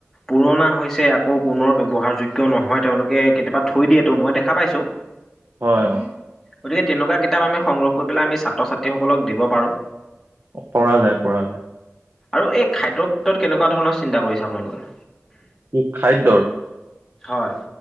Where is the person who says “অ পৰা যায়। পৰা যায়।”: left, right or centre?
Right